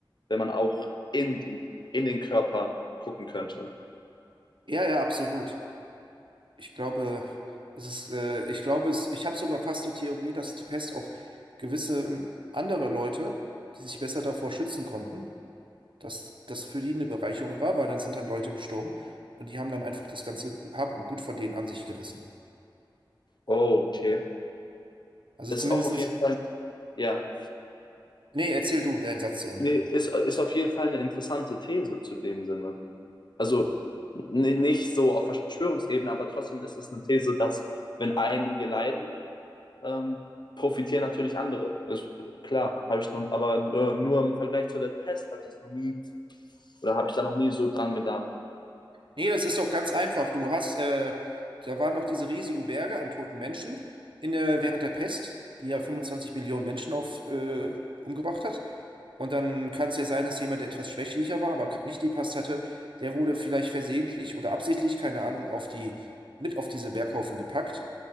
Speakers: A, on the left; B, on the right.
A: wenn man auch in, in den Körper gucken könnte.
B: Ja, ja, absolut. Ich glaube, es ist, äh, ich glaube, es, ich habe sogar fast die Theorie, dass die Pest auch gewisse ähm, andere Leute, die sich besser davor schützen konnten, dass das für die eine Bereicherung war, weil dann sind dann Leute gestorben und die haben dann einfach das ganze Hab und Gut von denen an sich gerissen.
A: Oh, okay.
B: Also
A: Ist
B: zumindestens,
A: auch auf jeden Fall, ja.
B: nee, erzähl du deinen Satz zu Ende.
A: Nee, ist, ist auf jeden Fall eine interessante These zu dem Sinne. Also ni- nicht so auf Verschwörungsebene, aber trotzdem ist das eine These, dass wenn einige leiden, ähm, profitieren natürlich andere. Ist klar, habe ich nun, aber äh, nur im Vergleich zu der Pest habe ich das noch nie oder habe ich da noch nie so dran gedacht.
B: Nee, das ist doch ganz einfach. Du hast, äh, da waren doch diese riesigen Berge an toten Menschen in der, während der Pest, die ja 25 Millionen Menschen auf, äh, umgebracht hat. Und dann kann es ja sein, dass jemand, der etwas schwächlicher war, aber nicht die Pest hatte, der wurde vielleicht versehentlich oder absichtlich, keine Ahnung, auf die, mit auf diese Berghaufen gepackt.